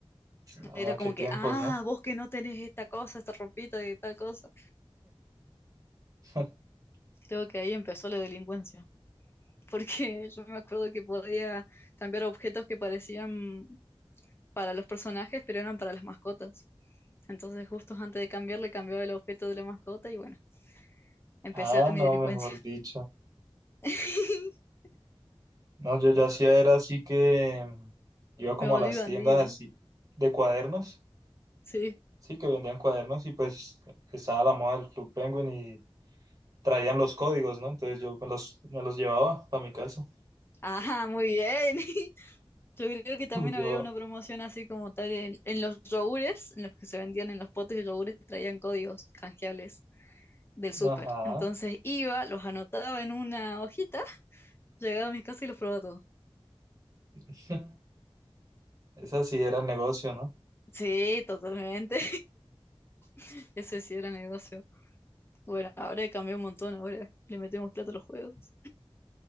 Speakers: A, on the right (about 35°); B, on the left (about 25°).
A: Ah,
B: Era como
A: qué tiempos,
B: que, ah,
A: ¿no?
B: vos que no tenés esta cosa, esta ropita y tal cosa.
A: <laughs>
B: Creo que ahí empezó la delincuencia. Porque <laughs> yo me acuerdo que podía cambiar objetos que parecían para los personajes, pero eran para las mascotas. Entonces, justo antes de cambiarle, cambiaba el objeto de la mascota y bueno, empecé
A: Ah, no,
B: mi delincuencia.
A: mejor dicho.
B: <laughs>
A: No, yo ya hacía era así que mm, iba como
B: Me volví
A: a las
B: bandida,
A: tiendas así de cuadernos,
B: sí.
A: sí, que vendían cuadernos y pues estaba la moda del Club Penguin y traían los códigos, ¿no? Entonces yo me los, me los llevaba para mi casa. <laughs>
B: Ajá, muy bien. <laughs> Yo creo que también
A: Y yo,
B: había una promoción así como tal en, en los yogures, en los que se vendían en los potes de yogures, traían códigos canjeables del súper.
A: ajá,
B: Entonces iba, los anotaba en una hojita, llegaba a mi casa y los probaba todos.
A: <laughs> ese sí era el negocio, ¿no?
B: Sí, totalmente. <laughs> Ese sí era negocio. Bueno, ahora cambió un montón, ahora le metemos plata a los juegos.